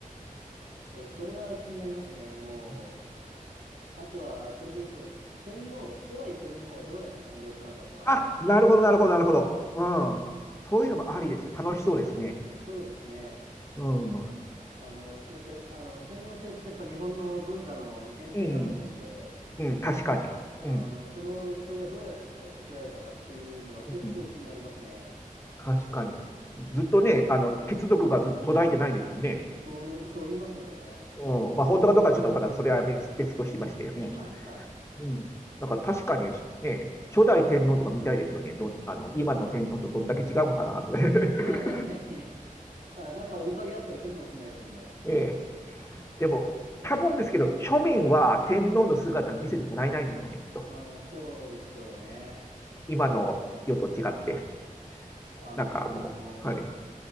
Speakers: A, on the right; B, on the left.
A: そう、それは気になりますね。も
B: <laughs>
A: う、あとは、それで言うと、天皇、初代天皇はどうやって誕生したのかとかね。
B: あ、なるほど、なるほど、なるほど。うん。そういうのもありですね。楽しそうですね。
A: そうですね。
B: うん。う
A: あの、やっぱり、あの、天皇制ってやっぱ日本の文化の源泉だと思うんで、
B: ん。うん、確かに。うん。
A: あの、その、それがどうやって形作られたかっていうのは結構気になりますね。
B: うん。確かに。ずっとね、あの、血族がずっと途絶えてないんですもんね。
A: そうの、そう言いますよね。
B: うん。まあ、本当かどうかはちょっと、まだそれは別別としまして。うん。
A: はいはい。
B: うん。だから確かにね、初代天皇とか見たいですよね。どん、あの、今の天皇とどんだけ違うのかなとか。<laughs>
A: ああ、大変。<laughs> あ、なんか面影あったりするかもしれないですもんね。
B: ねえ。でも、多分ですけど、庶民は天皇の姿見せてもらえないんでしょうね、きっと。
A: うん、そうでしょうね。
B: 今の世と違って。
A: あのー
B: なんかもう、はい。